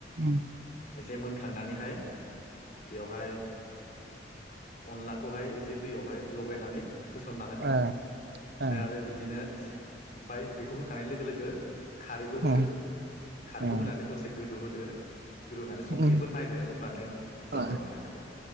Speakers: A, on the right; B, on the left.
A: औ
B: एसे मोनखांनानैहाय बेवहाय अनलाखौहाय एसे दैयावहाय लगायनानै होसनना होदो
A: ओ
B: ओमफ्राय
A: ओ
B: आरो बिदिनो एसे ओमफाय बेखौ होखांनाय लोगो लोगो गो खारैखौ होदो
A: ओ ओ
B: खारैखौ होनानै दसे गोदौ होदो ग्रोनानै संख्रिफोर
A: उम
B: नायदो होमबानो
A: ओ
B: जाबाय अनला ओंख्रिया